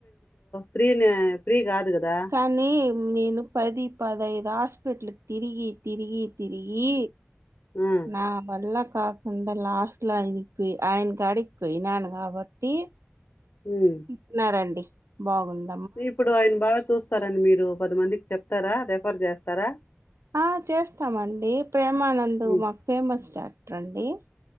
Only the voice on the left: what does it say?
ఫ్రీ న ఫ్రీ కాదు కదా
ఆ
ఉమ్
ఇప్పుడు ఆయన బాగా చూస్తారండి మీరు మీరు పది మందికి చెప్తారా రెఫర్ చేస్తారా
ఉమ్